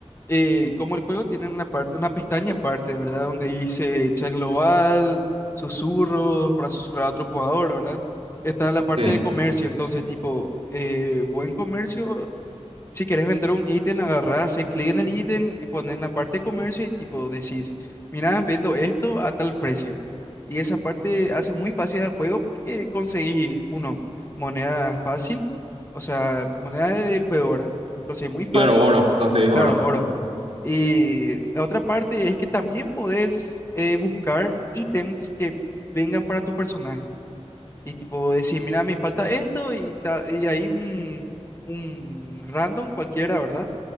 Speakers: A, on the left; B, on the right.
A: eh, como el juego tiene una parte, una pestaña aparte, ¿verdad? Donde dice chat global, susurros, para susurrar a otro jugador, ¿verdad? Está la parte
B: Sí,
A: de comercio, entonces tipo, eh, buen comercio Si quieres vender un ítem, agarrás, haces clic en el ítem y pones en la parte de comercio y tipo decís, mira, vendo esto a tal precio. Y esa parte hace muy fácil al juego porque conseguí, uno, moneda fácil, o sea, moneda del juego, ¿verdad? Conseguí muy fácil,
B: claro, oro, conseguís
A: claro,
B: oro.
A: oro. Y la otra parte es que también podés eh, buscar ítems que vengan para tu personaje. Y tipo decir, mira, me falta esto y, ta- y ahí un, un random cualquiera, ¿verdad?